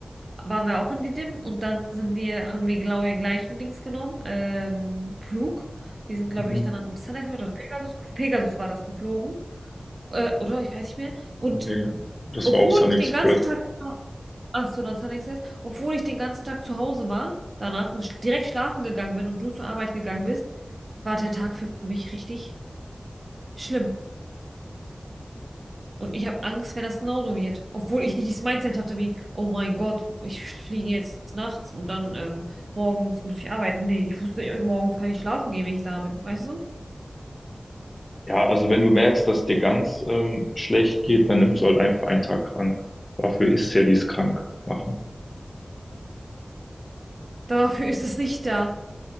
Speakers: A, on the right; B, on the left.
A: waren wir auch in Didim und dann sind wir, haben wir genau den gleichen Dings genommen, ähm, Flug. Wir sind, glaube
B: Mhm.
A: ich, dann an Sunrise oder Pegasus, Pegasus war das geflogen, äh, oder ich weiß nicht mehr. Und
B: Nee, das
A: obwohl
B: war auch Sunny
A: ich
B: Express.
A: den ganzen Tag, ach so, dann Sunrise, obwohl ich den ganzen Tag zu Hause war danach und sch direkt schlafen gegangen bin und du zur Arbeit gegangen bist, war der Tag für mich richtig schlimm. Und ich habe Angst, wenn das genauso wird. Obwohl ich nicht dieses Mindset hatte wie, oh mein Gott, ich fliege jetzt nachts und dann ähm, morgens muss ich arbeiten. Nee, ich wusste, äh, morgens kann ich schlafen gehen, wenn ich da bin. Weißt du?
B: Ja, also wenn du merkst, dass dir ganz ähm, schlecht geht, dann nimmst du halt einfach einen Tag krank. Dafür ist ja dies krank machen.
A: Dafür ist es nicht da.